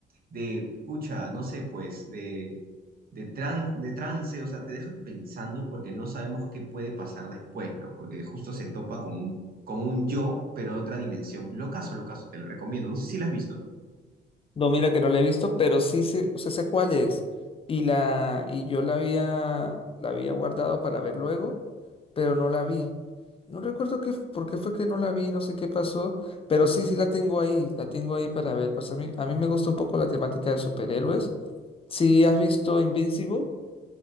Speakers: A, on the right; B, on the left.
A: de pucha, no sé, pues, de de, tran- de trance, o sea, te dejas pensando porque no sabemos qué puede pasar después, ¿no? Porque justo se topa con un, con un yo, pero de otra dimensión. Locazo, locazo, te lo recomiendo. No sé si la has visto.
B: No, mira que no la he visto, pero sí sé, o sea, sé cuál es. Y la, y yo la había, la había guardado para ver luego, pero no la vi. No recuerdo qué, f- por qué fue que no la vi, no sé qué pasó, pero sí, sí la tengo ahí, la tengo ahí para ver. Pues a mí, a mí me gusta un poco la temática de superhéroes. Sí, has visto Invincible,